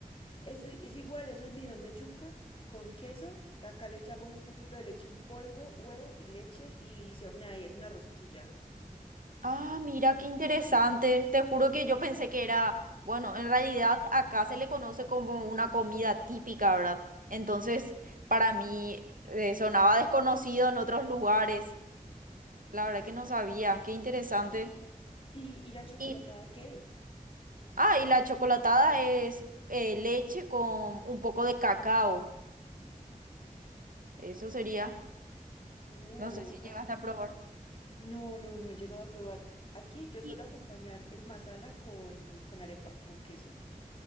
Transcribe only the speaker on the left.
Es, es igual, es almidón de yuca con queso. Acá le echamos un poquito de leche en polvo, huevo y leche y se hornea y es una rosquilla.
¿Y, y la chocolatada
qué es?
Oh,
ah,
no, no, no he llegado a probar. Aquí yo
suelo acompañar el masala con, con arepa, con queso.